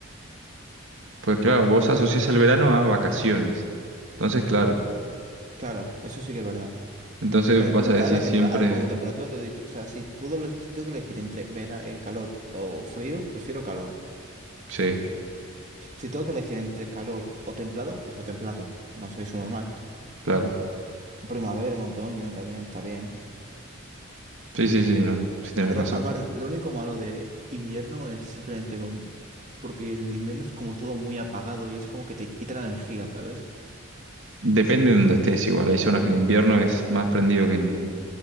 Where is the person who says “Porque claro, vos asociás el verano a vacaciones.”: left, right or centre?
Right